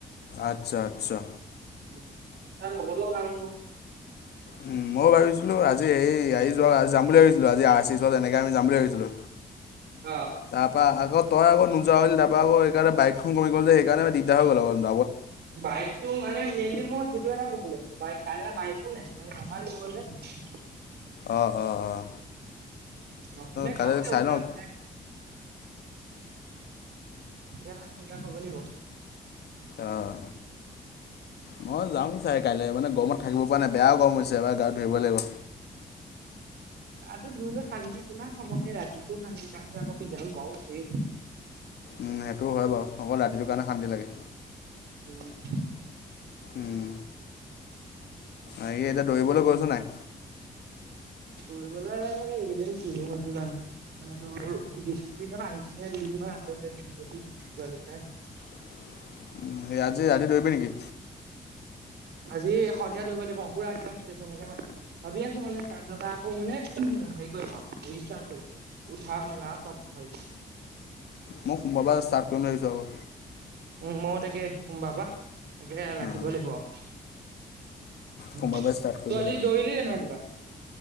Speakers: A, on the left; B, on the right.
A: আচ্ছা আচ্ছা
B: উম তাৰ লগৰ তো লগত <unintelligible>
A: উম ময়ো ভাবিছিলো আজি সেই আহি যোৱা আজি যাম বুলি ভাবিছিলো আজি পিছত এনেকে আমি যাম বুলি ভাবিছিলো।
B: অ
A: তাৰ পৰা আগত তই আকৌ নোযোৱা হৈ তাৰপা আকৌ সেইকাৰণে বাইক খন কমি গ'ল যে সেইকাৰণে দিগদাৰ হৈ গ'ল অকমান।
B: বাইকটো মানে মিনিমত সেইটো এটা প্ৰব্লেম বাইক কাইলে বাইকো নাই, পাপাই নিব
A: অঁ অঁ অঁ।
B: লক্ষি বাই
A: কাইলৈ
B: কচ ল
A: চাই
B: উত <unintelligible>
A: লওঁ
B: ফোন এটা কৰিলে কব লাগিব।
A: অঁ মই যাম চাই কাইলৈ মানে গৰমত থাকিব পৰা নাই বেয়াও গৰম হৈছে এবাৰ গাৱত ধৰিব লাগিব
B: গা টো ধুই নো শান্তি কিমান সময়ক ৰাতিটো শান্তি আকৌ পিন্ধা গম উঠেই
A: উম সেইটো হয় বাৰু অকল ৰাতিটো কাৰণে শান্তি লাগে।
B: উঠেই
A: উম এই এতিয়া দৌৰিবলৈ গৈছ নাই?
B: দৌৰিবলে এইকদিন কিনো হৈছে জানো মানে টোৰ দিছিপ্লিনত আহিচেহে দুদিন ই আকৌ যদি গুচি যোৱা নিচনাই হৈছে
A: <inaudible> আজি ৰাতি দৌৰিবি নেকি?
B: আজি সন্ধিয়া দৌৰিব লাগিব। পুৰা একদম ষ্টেচনকে ম ভাবি আছো মানে কজাপা আকৌ মানে হেৰি কৰিম আও, ৰিষ্টাৰ্ত কৰিম। উঠা মেলা সব ভালকে।
A: মই সোমবা পা ষ্টাৰ্ত কৰিম বুলি ভাবিছোঁ আকৌ
B: ময়ো তাকে সোমবা পৰা। তাকে ৰাখিব
A: অঁ
B: লাগিব আও। উ
A: সোমবাৰৰ পৰা ষ্টাৰ্ট কৰিব
B: তো আজি
A: লাগিব
B: দৌৰিলি জানো ৰাতিপুৱা?